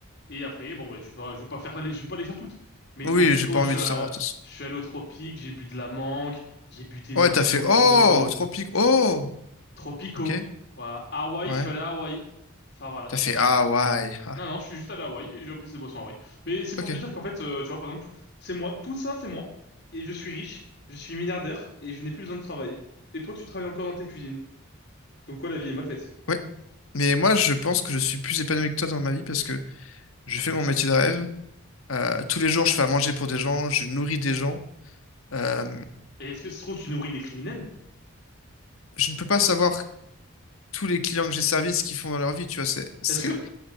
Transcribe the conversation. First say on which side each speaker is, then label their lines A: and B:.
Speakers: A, on the left; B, on the left.
A: Et après, bon, bah, tu vois, je vais pas faire, les- je vais pas les faire toutes. Mais
B: Oui,
A: Tropico,
B: j'ai pas envie
A: je suis,
B: de
A: à-
B: savoir, de toute façon.
A: je suis allé au Tropique, j'ai bu de la mangue, j'ai bu des
B: Ouais,
A: noix
B: t'as
A: de coco.
B: fait Oh! Tropique, oh!
A: Tropico.
B: Ok,
A: Voilà. Hawaï,
B: ouais.
A: je suis allé à Hawaï. Enfin, voilà,
B: T'as
A: tout
B: fait
A: se suit.
B: Ah, ouais. Ah,
A: Non, non, je suis juste allé à Hawaï et j'ai appelé cette boisson Hawaï. Mais c'est pour
B: ok,
A: te dire qu'en fait, euh, tu vois, par exemple, c'est moi, tout ça, c'est moi. Et je suis riche, je suis milliardaire et je n'ai plus besoin de travailler. Et toi, tu travailles encore dans tes cuisines. Comme quoi, la vie est mal faite.
B: ouais. Mais moi, je pense que je suis plus épanoui que toi dans ma vie parce que je fais mon métier de rêve. Euh, tous les jours, je fais à manger pour des gens, je nourris des gens. Euh,
A: Et est-ce que ça se trouve, tu nourris des criminels?
B: je ne peux pas savoir tous les clients que j'ai servis ce qu'ils font dans leur vie, tu vois. C'est, ce
A: Est-ce
B: serait
A: que,